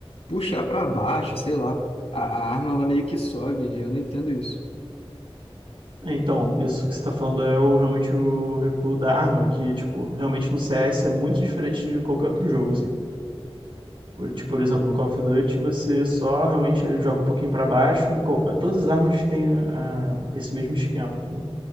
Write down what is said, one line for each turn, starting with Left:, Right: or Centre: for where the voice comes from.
Left: puxar pra baixo, sei lá. A, a arma ela meio que sobe. Eu não entendo isso.
Right: É, Então, isso que você tá falando é o, realmente o recuo da arma, que, tipo, realmente no CS é muito diferente de qualquer outro jogo, assim. Ou, Tipo, por exemplo, no Call of Duty você só realmente joga um pouquinho pra baixo e co- todas as armas têm ah, esse mesmo esquema, entendeu?